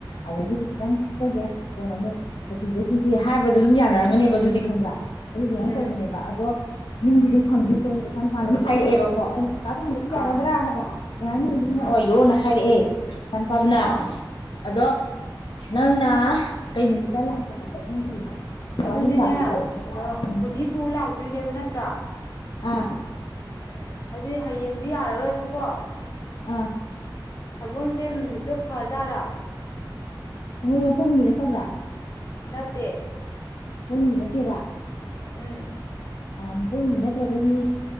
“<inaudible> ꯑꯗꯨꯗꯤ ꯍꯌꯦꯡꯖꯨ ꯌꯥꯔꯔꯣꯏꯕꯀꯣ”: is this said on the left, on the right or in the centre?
Left